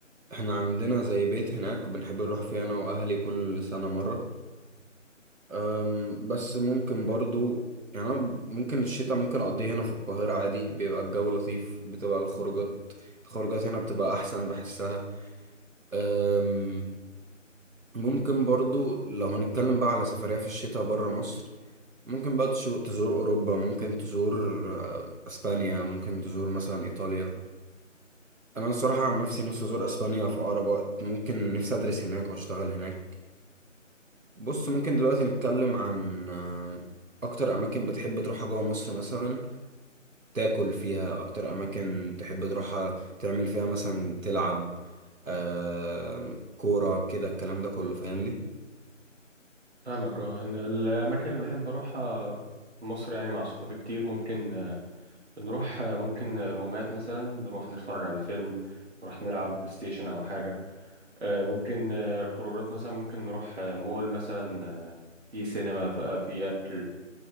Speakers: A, on the right (about 80°); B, on the right (about 55°).
A: احنا عندنا زي بيت هناك بنحب نروح فيه أنا وأهلي كل سنة مرة أم، بس ممكن برضو يعني أنا ممكن الشتاء ممكن أقضيه هنا في القاهرة عادي بيبقى الجو لطيف بتبقى الخروجات الخروجات هنا بتبقى أحسن بحسها أم، ممكن برضو لو هنتكلم بقى على سفرية في الشتاء برا مصر ممكن بقى تشو- تزور أوروبا ممكن تزور آه، أسبانيا ممكن تزور مثلا إيطاليا انا الصراحه عن نفسي نفسي ازور اسبانيا في اقرب وقت ممكن نفسي ادرس هناك واشتغل هناك بص ممكن دلوقتي نتكلم عن آم، اكتر اماكن بتحب تروحها جوه مصر مثلا تاكل فيها اكتر اماكن تحب تروحها تعمل فيها مثلا تلعب آم، كوره كده الكلام ده كله فاهمني
B: فاهمك اه انا الاماكن اللي بحب اروحها في مصر يعني مع صحابي كتير ممكن آه، بنروح آه، ممكن آه، رومات مثلا نروح نتفرج على فيلم نروح نلعب بلاي ستيشن او حاجه آه، ممكن آه، خروجات مثلا ممكن نروح آه، مول مثلا آه، في سينما ف- في أكل